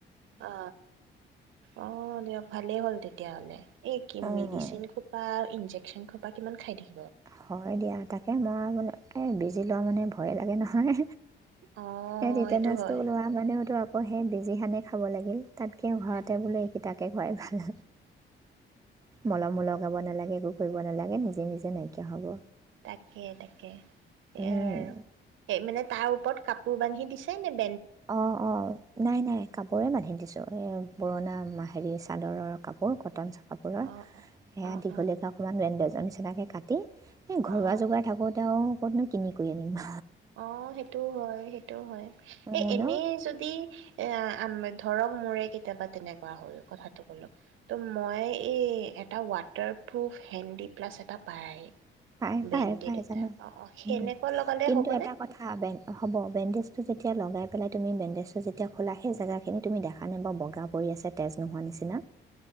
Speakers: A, on the right; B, on the right.
A: অ অ', দিয়ক ভালেই হ'ল, তেতিয়াহ'লে এই কি
B: অঁ
A: মেডিচিন সোপা ইঞ্জেক ফেন খোপা কিমান খাই দিয়ি
B: হয়, দিয়া তাক এ মই মনতে বেছি বেজি লোৱা মানে ভয়ে লাগে নহয়
A: অ
B: এই টিটেনাচ
A: সেইটো হয়
B: ওলোৱা মানেওতো আ আকৌ বেজিখানে খাব লাগিল। তাতকে ঘৰতে
A: তাকে
B: বোলে এইকেইটাকে খোৱাই ভাল মলমো লগাব নালাগে। কৰিব নালাগে নিজে, নিজে নাইকি কিয়া হ'ব
A: তাকে, তাকে। সেইয়াই
B: উম।
A: আৰু সেই মানে তাৰ ওপৰত কাপোৰ বান্ধি দি <unintelligible>
B: অ', অ', নাই, নাই কাপোৰে বান্ধি দিছো এ পুৰণা হেৰি চাদৰৰ কাপোৰ কটন কাপোৰৰ
A: অ অ
B: সেয়া
A: অ
B: দীঘলীয়কে
A: অ
B: অকণমান বেণ্ডেজ আনি সেনেকৈ কাটি এই ঘৰুৱা
A: অ অ
B: জোগাৰ থাকোঁতে‌ আউ ক'তনো কিনি কৰি আনিম।
A: অ', সেইটোও হয়, সেইটোও হয়।
B: অঁ
A: এই এনেই
B: ন
A: যদি এ ম ধৰক মোৰে কেতিয়াবা তেনেকুৱা হ'ল কথাটো ক'লো ত' মই এই এটা ৱাটাৰপ্ৰুফ হেণ্ডি প্লাছ এটা পায়।
B: পায় পায়
A: বেণ্টি
B: পায়
A: দুটা
B: জানো
A: অ', অ', সেনেকুৱা
B: উম,
A: লগালে
B: কিন্তু
A: হ'ব।
B: এটা কথা হ'ব বেণ্ডেজটো তেতিয়া লগাই পেলাই তুমি বেণ্ডেজটো যেতিয়া খোলা সেই জেগাখিনি তুমি দেখা নাই বা বগা পৰি আছে তেজ নোহোৱা নিচিনা।